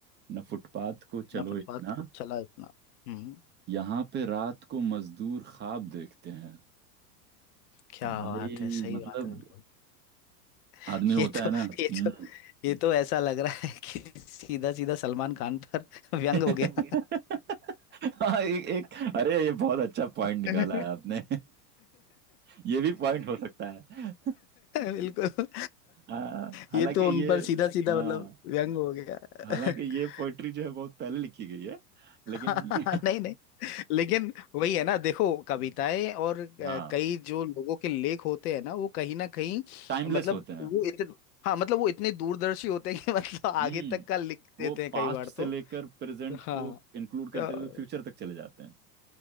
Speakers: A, on the right; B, on the left.
A: ना फुटपाथ को
B: इतना
A: चलो
B: फुटपाथ
A: इतना
B: को चला इतना हम्म
A: यहाँ पे रात को मजदूर ख्वाब देखते हैं
B: क्या
A: भाई
B: बात है सही
A: मतलब
B: बात है बिल्कुल <laughs>
A: आदमी होता
B: ये तो
A: है ना
B: ये
A: बंद
B: तो ये तो ऐसा लग रहा है कि सीधा सीधा सलमान खान पर <laughs> व्यंग
A: हो
B: हो गया
A: गया हम्म। <laughs> हाँ एक एक अरे ये बहुत अच्छा पॉइंट
B: <laughs>
A: निकाला
B: <laughs>
A: है आपने <laughs> ये भी पॉइंट हो सकता है
B: बिल्कुल
A: हाँ हालांकि
B: ये तो उन
A: ये
B: पर सीधा सीधा
A: हाँ
B: मतलब व्यंग हो गया
A: हालांकि
B: <laughs>
A: ये पोइट्री जो है बहुत पहले लिखी गई है लेकिन
B: नहीं
A: ये
B: नहीं लेकिन वही है ना देखो कविताएं और अ,
A: हाँ
B: कई जो लोगों के लेख होते हैं ना वो कहीं ना कहीं
A: टाइमलेस
B: मतलब
A: होते हैं
B: वो इतने हाँ मतलब वो इतने दूरदर्शी होते हैं कि <laughs> मतलब आगे
A: हम्म
B: तक का लिख देते
A: वो
B: हैं
A: पास्ट
B: कई बार
A: से
B: तो
A: लेकर प्रेजेंट
B: हाँ
A: को इंक्लूड करते
B: अ,
A: हुए फ्यूचर तक चले जाते हैं